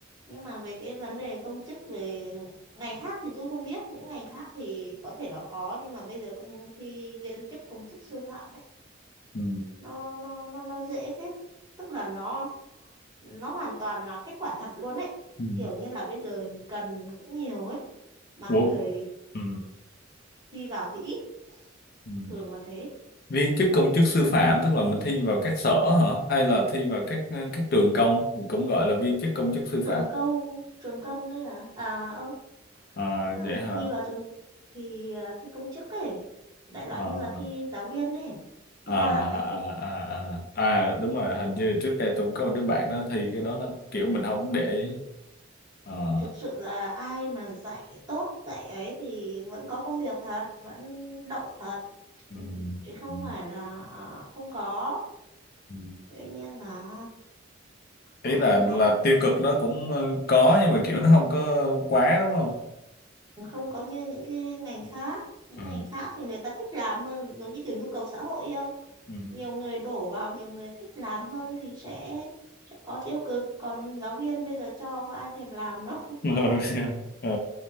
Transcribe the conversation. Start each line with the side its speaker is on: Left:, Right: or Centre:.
Right: nhưng mà về cái vấn đề công chức về ngành khác thì tôi không biết những ngành khác thì có thể là khó nhưng mà bây giờ công thi viên chức công chức sư phạm ấy
Left: Ừ.
Right: nó nó nó nó dễ phết tức là nó nó hoàn toàn là kết quả thật luôn ấy
Left: Ừ.
Right: kiểu như là bây giờ cần cũng nhiều ấy mà
Left: Ủa?
Right: người
Left: Ừ.
Right: thi vào thì ít
Left: Ừ.
Right: thường là thế
Left: Viên chức công chức sư phạm tức là mình thi vào các sở hả hay là thi vào các ờ, các trường công cũng gọi là viên chức công chức sư
Right: trường
Left: phạm
Right: công trường công đấy là à ô,
Left: à,
Right: tức là
Left: vậy
Right: mình
Left: hả
Right: thi vào trường thì à, thi công chức ấy đại loại
Left: à,
Right: như là thi giáo viên ấy
Left: à,
Right: thi giảng ấy
Left: à,
Right: thì
Left: à, à. à đúng rồi hình như trước đây tôi cũng có một đứa bạn đó thi cái đó đó kiểu mình không để ý. Ờ.
Right: thực sự là ai mà dạy tốt dạy ấy thì vẫn có công việc thật vẫn đậu thật
Left: ừ.
Right: Ừ, chứ không
Left: Ừ.
Right: phải là không có
Left: Ừ.
Right: tuy nhiên là
Left: ý
Right: nói
Left: là
Right: chung nó
Left: là
Right: vẫn
Left: tiêu cực nó cũng ờ, có nhưng mà kiểu nó không có quá đúng không
Right: không có như những cái ngành khác những
Left: ừ.
Right: ngành khác thì người ta thích làm hơn giống như kiểu nhu cầu xã hội ấy không
Left: Ừ.
Right: nhiều người đổ vào nhiều người thích làm hơn thì sẽ sẽ có tiêu cực còn giáo viên bây giờ cho có ai thèm làm đâu
Left: Ừ. <laughs> Ừ.